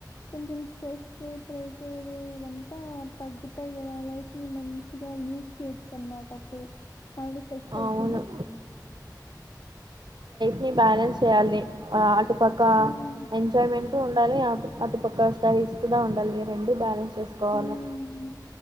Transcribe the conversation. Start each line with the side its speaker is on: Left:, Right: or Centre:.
Left: కొంచెం స్ట్రెస్ ప్రెజర్ ఇవంతా తగ్గుతైగద లైఫ్ ని మంచిగా లీడ్ చేయొచ్చు అనమాట్. టప్పుడు మైండ్ ఫ్రెష్
Right: అవును.
Left: ఐతుంది.
Right: నీ బ్యాలెన్స్ చేయాలి ఆ. పక్క
Left: హ్మ్.
Right: ఎంజాయ్మెంట్. ఉండాలి ఆ అటుపక్క స్టైల్స్ కూడా ఉండాలి రెండ్. డు బ్యాలెన్స్ చేసుకోవాలా.
Left: హ్మ్.